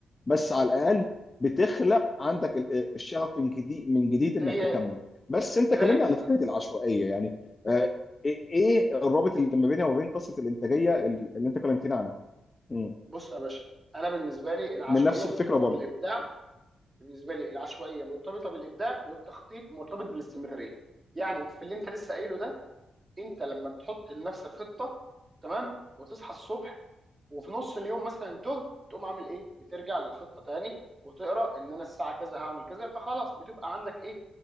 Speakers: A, on the left (about 30°); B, on the right (about 25°).
A: بس على الاقل بتخلق عندك ال- الشغف من جديد من جديد انك
B: زي
A: تكمل بس انت
B: تراك
A: كلمني
B: كده
A: على فكره العشوائيه يعني آه، ايه إيه الرابط اللي ما بينها وما بين قصه الانتاجيه اللي اللي انت كلمتني عنها مم.
B: بص يا باشا انا بالنسبه لي العشوائيه
A: من نفس
B: مرتبطه
A: الفكره برضه
B: بالابداع بالنسبه لي العشوائيه مرتبطه بالابداع والتخطيط مرتبط بالاستمراريه يعني في اللي انت لسه قايله ده انت لما بتحط لنفسك خطه تمام وتصحى الصبح وفي نص اليوم مثلا تهت بتقوم عامل ايه بترجع للخطه تاني وتقرا ان انا الساعه كذا هعمل كذا فخلاص بتبقى عندك ايه